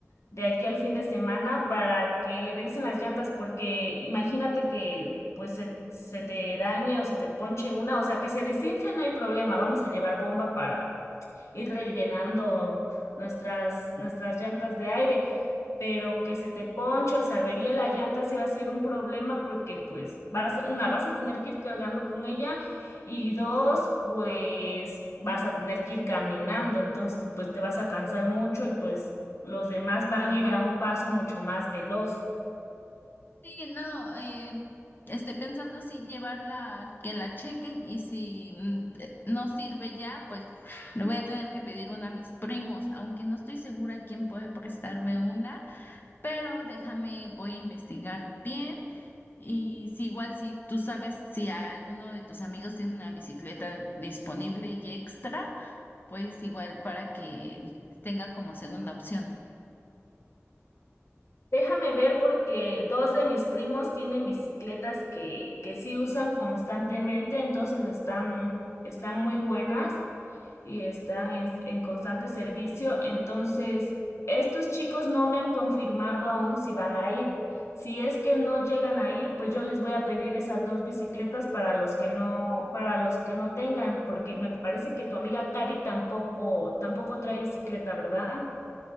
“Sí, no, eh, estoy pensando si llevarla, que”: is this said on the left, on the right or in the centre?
Left